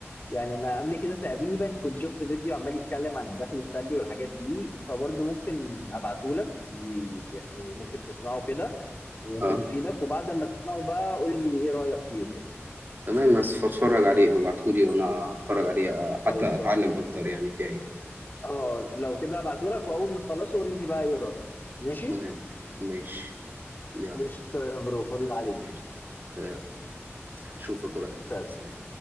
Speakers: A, on the left (about 40°); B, on the right (about 45°).
A: يعني انا قبل كده تقريبا كنت شفت فيديو عمال يتكلم عن الدخل السلبي والحاجات دي فبرضو ممكن ابعته لك يعني ممكن تسمعه كده وممكن
B: آه
A: يفيدك وبعد ما تسمعه بقى قول لي ايه رايك فيه وكده
B: تمام بس فاتفرج عليه ببعتهولي وأنا هتفرج عليه آه،
A: خالص
B: حتى أتعلم أكتر يعني فيها إيه
A: اه لو كده هبعتهولك واول ما تخلصه قول لي بقى ايه رايك ماشي
B: تمام ماشي يلا
A: قشطة يا برو فل عليك
B: ماشي آه، هشوفك قريب
A: سلام
B: سلام